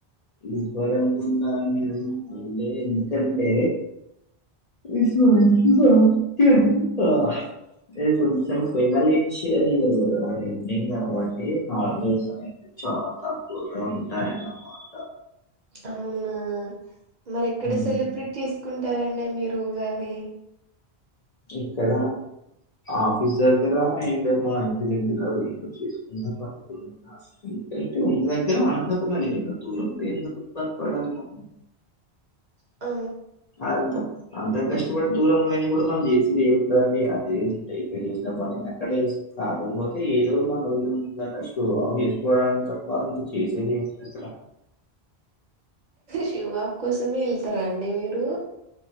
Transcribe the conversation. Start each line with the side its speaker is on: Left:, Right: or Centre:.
Left: ఇవ్వరనుకున్న నేను అంటే ఎందుకంటే <unintelligible> దెబ్బ అదే కొంచెం కోమలించే ఇయర్ గదా ఎండింగ్ కాబట్టి హాలిడేస్ అనే చాలా తక్కువగా ఉంటాయనమాట
Right: అవునా మరి ఎక్కడ
Left: ఉమ్,
Right: సెలబ్రేట్ చేసుకుం టారండి మీరు ఉగాది
Left: ఇక్కడ ఆఫీస్ దగ్గర అయిందబ్బా మా ఇంటి దగ్గర చేసుకుందామనుకుటున్న <unintelligible> ఆనంద పడాలి. దూరం పోయి ఎందుకు బాధపడలి మనం
Right: ఆ
Left: అంత అంత కష్టపడి దూరంగా పోయిన ఇప్పుడు మనం చేసేది ఏముందండి అదే వుంటాయి. ఇక్కడ చేసిన పని అక్కడే చేస్ కాకపోతే ఏదో మన ఊరు ముంగట షో ఆఫ్ చేసుకోవడానికి తప్ప ఇక చేసేది ఏముందక్కడ
Right: షివాబ్ కోసమే వెళ్తారా అండి మీరు